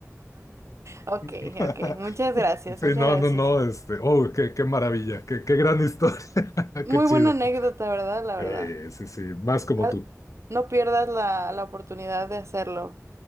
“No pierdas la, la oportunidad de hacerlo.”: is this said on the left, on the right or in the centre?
Right